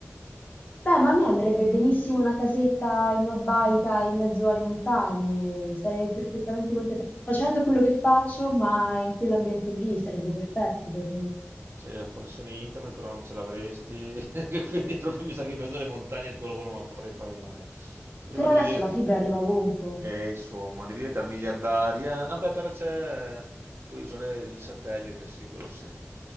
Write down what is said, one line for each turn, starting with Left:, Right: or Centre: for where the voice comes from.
Left: Beh, ma a me andrebbe benissimo una casetta in una baita in mezzo alle montagne, sarei perfettamente contenta. Facendo quello che faccio, ma in quell'ambiente lì sarebbe perfetto per me.
Right: Cioè, la connessione internet però non ce l'avresti, <laughs> quindi proprio mi sa che in mezzo alle montagne il tuo lavoro non lo potrei fare mai. Prima
Left: Però
Right: devi
Left: adesso
Right: diventare,
Left: la fibra arriva ovunque.
Right: insomma, devi diventare miliardaria. Vabbè, però c'è... puoi usare il satellite, sì, quello sì.